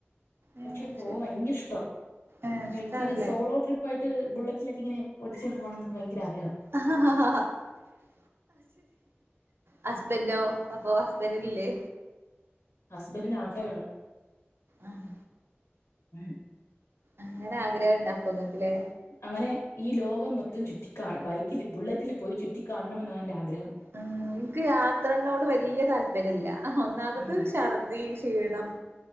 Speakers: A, on the right (about 60°); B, on the left (about 85°).
A: ഏഹ്
B: പക്ഷെ പോവാൻ
A: ശരി
B: ഭയങ്കര ഇഷ്ടവാ
A: ഏഹ് ഇഷ്ടാണല്ലേ
B: ഇൻക്ക് സോളോ ട്രിപ്പ് പ്പായിട്ട് ബുള്ളറ്റിലൊക്കെ ഇങ്ങനെ ഓട്ടി ച്ചൊണ്ട് പോകണന്നൊക്കെ ഭയങ്കര ആഗ്രഹം.
A: <unintelligible> ഹസ്ബൻഡോ അപ്പൊ ഹസ്ബൻഡിന് ഇല്ലേ
B: ഹസ്ബന്റിന് ആട്ടൊയുള്ള
A: ആഹ്
B: ഉം
A: അങ്ങനെ ആഗ്രഹണ്ട് അപ്പ ങ്ങക്ക്‌ല്ലേ
B: അങ്ങനെ ഈ ലോകം മൊത്തം ചുറ്റിക്ക ബൈക്കിൽ ബുള്ളറ്റിൽ പോയി ചുറ്റിക്കാണണമെന്നാണ് എന്റെ ആഗ്രഹം
A: ഉം എനിക്ക് യാത്രേനോട് വല്യ താല്പ ര്യല്ല ഒന്നാമത്
B: ഉം
A: ഛർദ്ദി ക്ഷീണം